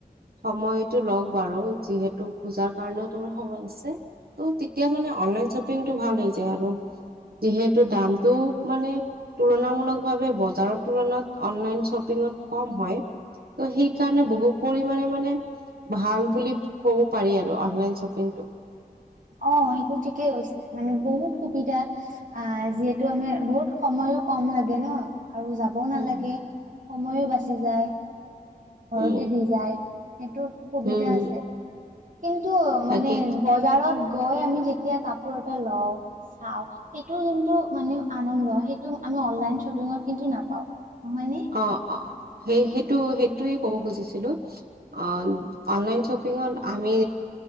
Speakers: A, on the right (about 80°); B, on the right (about 55°).
A: সময়তটো লওক বাৰু যিহেতু পূজাৰ কাৰণেও তোমাৰ সময় আছে। ত' তেতিয়া মানে অনলাইন শ্বপিংটো ভাল হৈ যায় আৰু যিহেতু। দামটো মানে তুলনামূলক ভাৱে বজাৰৰ তুলনাত অনলাইন শ্বপিঙত কম, হয়, ত সেইকাৰণে বহু পৰিমাণে মানে, ভাল বুলি ক'ব পাৰি আৰু অনলাইন শ্বপিংটো,
B: অ' সেইটো ঠিকেই গৈছে মানে বহুত সুবিধা অ' যিহেতু আমি বহুত সময়, কাম লাগে ন, আৰু যাবও নালাগে
A: উম,
B: সময়ো বাচি যায়, ঘৰতে
A: উম,
B: দি যায়। সেইটো সুবিধা
A: উম,
B: আছে, কিন্তু
A: তাকে
B: মানে বজাৰত গৈ আমি যেতিয়া কাপোৰ এটা লও, চাও, সেইটো যোনটো মানে আনন্দ সেইটো। অনলাইন শ্বপিঙত কিন্তু নাপাওঁ। নহয়নে?
A: অ-অ, সেই-সেইটো সেইটোৱে ক'ব খুজিছিলো অ' অনলাইন শ্বপিঙত আমি